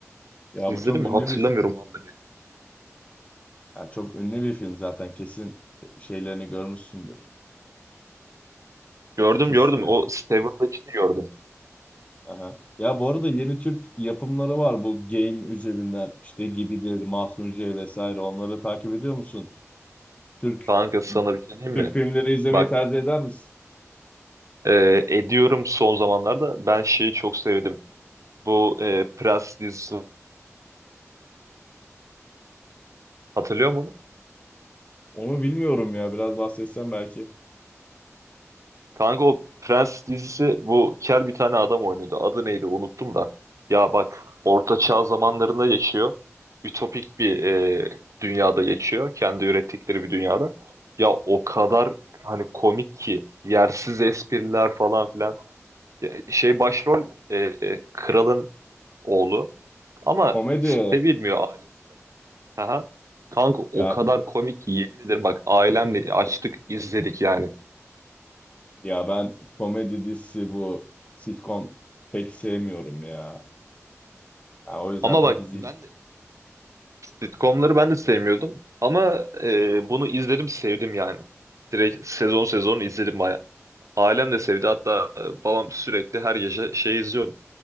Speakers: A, on the left; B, on the right.
A: Ya
B: İzledim
A: bu çok
B: mi?
A: ünlü
B: Hatırlamıyorum
A: bir
B: vallahi.
A: ya çok ünlü bir film zaten kesin şeylerini görmüşsündür.
B: Gördüm
A: Kesitlerini.
B: gördüm. O Steven'dakini gördüm.
A: Aha. Ya bu arada yeni Türk yapımları var bu Game üzerinden işte Gibidir, Mahsun J vesaire onları takip ediyor musun? Türk
B: Kanka sana bir şey diyeyim
A: Türk
B: mi?
A: filmleri izlemeyi
B: Bak
A: tercih eder misin?
B: Ee, ediyorum son zamanlarda. Ben şeyi çok sevdim. Bu e, Prens dizisi hatırlıyor musun? onu?
A: Onu bilmiyorum ya biraz bahsetsen belki.
B: Kanka o Prens dizisi bu kel bir tane adam oynuyordu. Adı neydi unuttum da. Ya bak Orta Çağ zamanlarında yaşıyor. Ütopik bir e, dünyada geçiyor. Kendi ürettikleri bir dünyada. Ya o kadar hani komik ki. Yersiz espriler falan filan. Ya şey
A: Bak,
B: başrol e, e, kralın oğlu. Ama
A: Komedi
B: sevilmiyor ailesi. Aha. Kanka o
A: ya
B: kadar komik ki yemin ederim bak ailemle açtık izledik yani.
A: ya ben komedi dizisi bu sitcom pek sevmiyorum ya. Ha, o yüzden
B: Ama
A: pek
B: bak
A: izleyeceğim.
B: ben de sitcomları ben de sevmiyordum ama e, bunu izledim sevdim yani. Direkt sezon sezon izledim baya. Ailem de sevdi hatta e, babam sürekli her gece şey izliyordu.